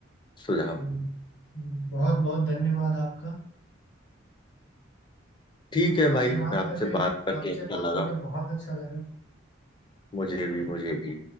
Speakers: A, on the left; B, on the left.
A: सुझाव
B: जी। हम्म, बहुत बहुत धन्यवाद आपका
A: ठीक है
B: आपसे
A: भाई
B: बात
A: आपसे
B: करके
A: बात करके
B: आपसे
A: अच्छा
B: बात
A: लगा
B: करके बहुत अच्छा लगा
A: मुझे भी मुझे भी